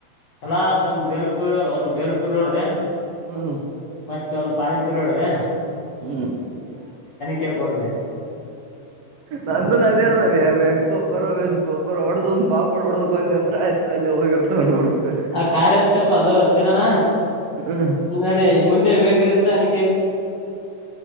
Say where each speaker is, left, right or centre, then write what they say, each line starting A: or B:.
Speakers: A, on the left; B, on the right.
A: <unintelligible> ಪುರ ಒಂದ್ ಬೇಲ್ಪುರ್ ಹೊಡ್ದೆ
B: ಹ್ಮ್
A: ಮತ್ತೆ ಒಂದು ಪಾನಿಪುರಿ ಹೊಡ್ದೆ
B: ಹ್ಮ್
A: ಕೇಳ್ ಕೊಡದೆ
B: ನಂದು <unintelligible> ಬಯಾಗ ಪಪರ ವೆಜ್ ಪಪರ್ ಒಡದಂ ಪಾಪಾಡೋದು ಬಂದ ಅಂದ್ರ ಆಯ್ ಅಲ್ಲೆ ಹೋಗಿರ್ತಾವ್ ನೂರು ರೂಪಾಯಿ
A: ಆ ಕಾರ್ಯತ್ತಪ್ಪ ಅದು ತಿನ್ನನ
B: ಹ್ಮ್
A: ನೋಡಿ ಮುಂದೆ ಬೇಕರಿ ಇತ್ತ್ ಅನ